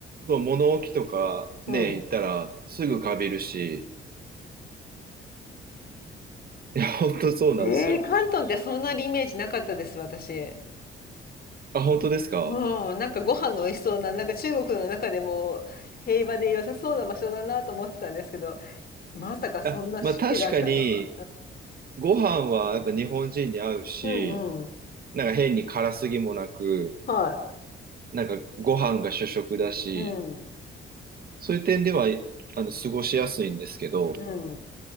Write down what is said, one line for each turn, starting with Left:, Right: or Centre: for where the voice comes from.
Right: そう、物置とかね、
Left: うん。
Right: 行ったらすぐカビるし、いや、本当そうなんですよ。
Left: ええ関東ってそんなにイメージなかったです、私。
Right: あ、本当ですか
Left: うん、なんかご飯の美味しそうな、なんか中国の中でも平和で良さそうな場所だなと思ってたんですけど、まさかそんな湿気があったとは。
Right: あ、まあ確かに、ご飯はやっぱ日本人に合うし、
Left: うんうん。
Right: なんか変に辛すぎもなく、
Left: は
Right: なんかご飯が主食だし、
Left: い。うん。
Right: そういう点では、あの、過ごしやすいんですけど、
Left: うん。